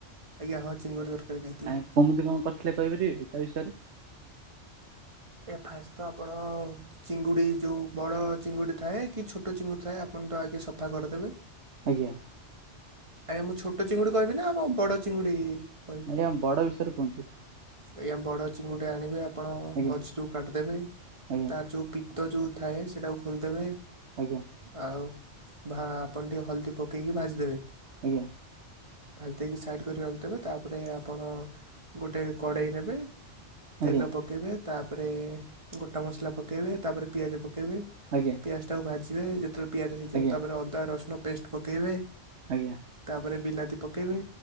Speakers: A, on the right (about 25°); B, on the right (about 65°).
A: ଆଜ୍ଞା ହଁ ଚିଙ୍ଗୁଡ଼ି ତରକାରୀ ଖାଇଥିଲୁ
B: ଆ କେମିତି କଣ କରିଥିଲେ କହିପାରିବେ ତା ବିଷୟରେ?
A: ଏୟା ଫାସ୍ ତ ଆପଣ ଚିଙ୍ଗୁଡି ଯୋଉ ବଡ ଚିଙ୍ଗୁଡି ଥାଏ କି ଛୋଟ ଚିଙ୍ଗୁଡି ଥାଏ ଆପଣ ତ ଆଗେ ସଫା କରିଦେବେ।
B: ଆଜ୍ଞା।
A: ଆଜ୍ଞା ମୁଁ ଛୋଟ ଚିଙ୍ଗୁଡି କହିବି ନା ଅମ ବଡ ଚିଙ୍ଗୁଡି କହି
B: ଆଜ୍ଞା ବଡ ବିଷୟରେ କୁହନ୍ତୁ।
A: ଆଜ୍ଞା ବଡ ଚିଙ୍ଗୁଡି ଆଣିବେ ଆପଣ
B: ଆଜ୍ଞା
A: ମଝିରୁ କାଟିଦେବେ
B: ଆଜ୍ଞା
A: ତାର ଯୋଉ ପି ତ ଯୋଉ ଥାଏ ସେଇଟାକୁ ଖୋଲିଦେବେ।
B: ଆଜ୍ଞା।
A: ଆଉ ଭା ଆପଣ ଟିକେ ହଳଦୀ ପକେଇକି ଭାଜିଦେବେ।
B: ଆଜ୍ଞା।
A: ଭାଜି ଦେଇକି ସାଇଡ଼୍ କରି ରଖିଦେବେ। ତାପରେ ଆପଣ ଗୋଟେ କଡେଇ ନେବେ ତେଲ
B: ଆଜ୍ଞା
A: ପକ ପକେଇବେ। ତାପରେ ଗୋଟା ମସଲା ପକେଇବେ ତାପରେ ପିଆଜ ପକେଇବେ।
B: ଆଜ୍ଞା।
A: ପିଆଜ ଟାକୁ ଭାଜିବେ। ଯେତେବେଳେ ପିଆଜ ହେଇଯିବ
B: ଆଜ୍ଞା
A: ତାପରେ ଅଦା ରସୁଣ ପେଷ୍ଟେ ପକେଇବେ।
B: ଆଜ୍ଞା।
A: ତାପରେ ବିଲାତି ପକେଇବେ।